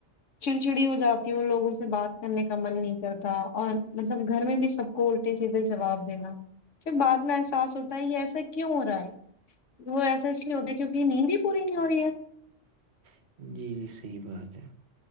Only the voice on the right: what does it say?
ہے جی جی صحیح بات ہے